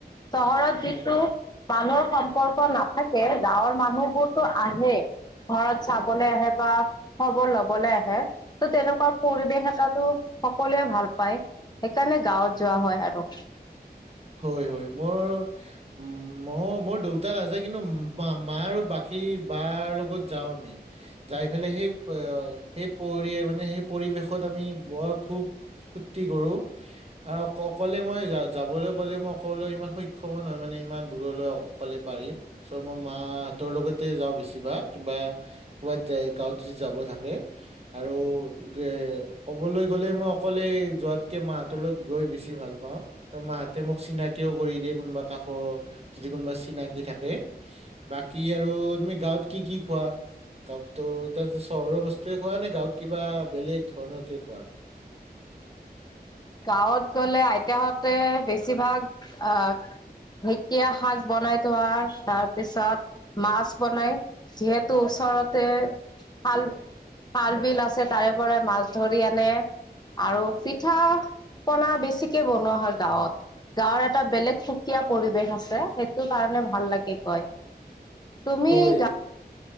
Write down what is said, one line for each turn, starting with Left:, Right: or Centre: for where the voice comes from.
Left: চহৰত যিটো
Right: অ
Left: মানুহৰ সম্পৰ্ক নাথাকে, গাঁৱৰ মানুহবোৰতো আহে। ঘৰত চাবলে আহে বা খবৰ ল'বলে আহে। ত' তেনেকুৱা পৰিৱেশ এটাটো সকলোৱে ভাল পায়। সেইকাৰণে গাঁৱত যোৱা হয় আৰু।
Right: হয় হয়, মোৰ উ, মই মোৰ, মোৰ দেউতা নাযায় কিন্তু মা আৰু বাক কি বাৰ লগত যাওঁ আমি। যাই ফেলাই সেই সেই পৰি মানে সেই পৰিৱেশত আমি বৰ খুব ফূ্তি কৰোঁ আৰু অকলে মই য-যাবলে কলে মই অকলে সক্ষম নহয় মানে দূৰলৈ অকলে পাৰিম। চ' মই মাহঁতৰ লগতে যাওঁ বেছিভাগ, কিবা ক'ৰবাত যায়, গাঁৱত যদি যাব থাকে আৰু গে ক'বলৈ গ'লে মই অকলে যোৱাতকে মাহঁতৰ লগত গৈ বেছি ভাল পাওঁ। আৰু মাহঁতে মোক চিনাকিও কৰি দিয়ে, কোনোবা কাষৰ যদি কোনোবা চিনাকি থাকে। বাকী আৰু তুমি গাঁৱত কি কি খোৱা? গাঁৱততো এতিয়া চহৰৰ বস্তুৱে খোৱা নে গাঁৱত কিবা বেলেগ ধৰণকে খোৱা?
Left: গাঁৱত গ'লে আইতাহঁতে বেছিভাগ আ ঢেঁকীয়া শাক বনাই থোৱা তাৰপিছত মাছ বনাই। যিহেতু ওচৰতে খাল খাল বিল আছে তাৰে পৰাই মাছ ধৰি আনে, আৰু পিঠা পনা বেছিকে বনোৱা হয় গাঁৱত। গাঁৱৰ এটা বেলেগ সুকীয়া পৰিৱেশ আছে, সেইটো কাৰণে ভাল লাগে গৈ। তুমি
Right: হয়
Left: গা